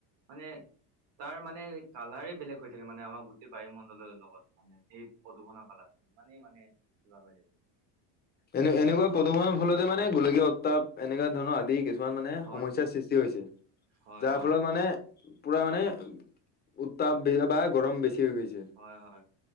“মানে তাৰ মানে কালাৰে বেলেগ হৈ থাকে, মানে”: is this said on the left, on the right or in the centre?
Right